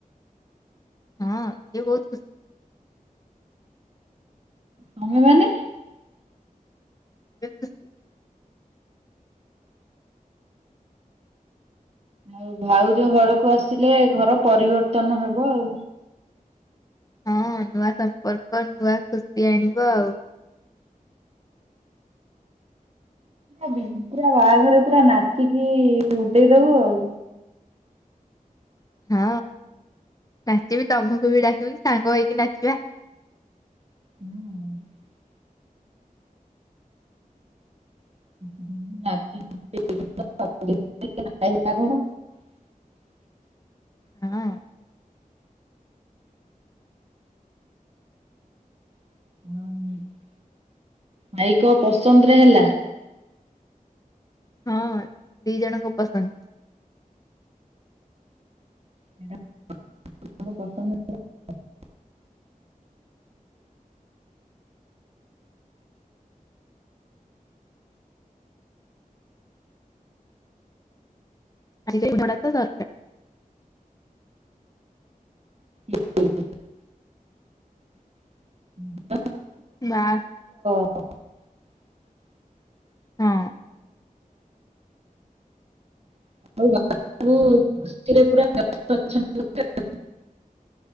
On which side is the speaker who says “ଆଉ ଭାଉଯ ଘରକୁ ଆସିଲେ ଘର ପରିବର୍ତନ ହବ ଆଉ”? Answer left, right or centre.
Right